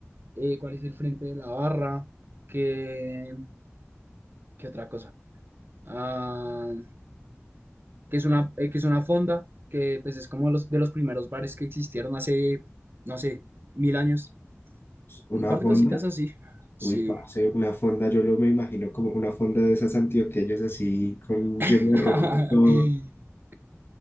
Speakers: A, on the right; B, on the left.
A: eh, cuál es el frente de la barra. ¿Qué, qué otra cosa? ah, que es una, eh, que es una fonda, que pues es como de los, de los primeros bares que existieron hace, no sé, mil años.
B: ¿Una
A: Un par
B: fonda?
A: de cositas así. Sí.
B: Uy, parce, una fonda, yo lo me imagino como una fonda de esas antioqueñas así, con
A: <laughs>
B: lleno de ruano todo.